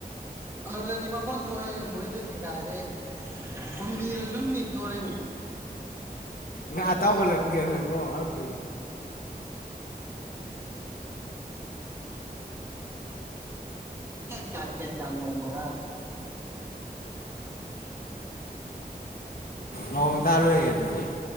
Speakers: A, on the right; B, on the left.
A: ꯑꯗꯨꯗꯗꯤ ꯃꯀꯣꯟ ꯊꯣꯛꯑꯦ ꯃꯣꯏꯗꯨꯗꯤ ꯀꯥꯏꯔꯦ ꯍꯨꯝꯗꯤꯗꯣ ꯁꯨꯝ ꯅꯤ ꯊꯣꯔꯃꯤ
B: ꯉꯥ ꯇꯥꯎ ꯀꯣꯂꯒꯒꯣ <unintelligible>
A: ꯆꯥꯆ ꯆ ꯃꯉꯔ <unintelligible>
B: ꯃꯧ ꯇꯥꯔꯑꯣꯏ ꯑꯗꯨꯗꯤ